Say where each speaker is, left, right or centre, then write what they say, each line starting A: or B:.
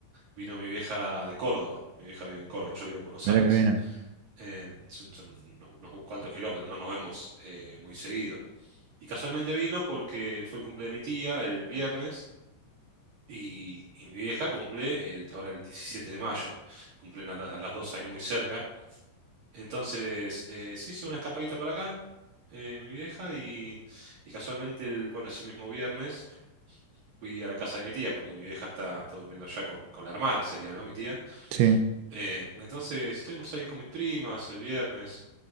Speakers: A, on the right; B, on the right.
A: vino mi vieja de Córdoba. Mi vieja vive en Córdoba, yo vivo en Buenos
B: Mirá
A: Aires.
B: que bien.
A: Eh, son, son unos, unos cuantos kilómetros, no nos vemos eh, muy seguido. Y casualmente vino porque fue el cumple de mi tía el viernes y, y mi vieja cumple el, ahora el 17 de mayo. Cumplen a las, las dos ahí muy cerca. Entonces eh, se hizo una escapadita para acá, eh, mi vieja, y, y casualmente el, bueno, ese mismo viernes fui a la casa de mi tía, porque mi vieja está, está durmiendo allá con, con la hermana, sería, ¿no? Mi tía.
B: Sí,
A: Eh, entonces estuvimos ahí con mis primas el viernes,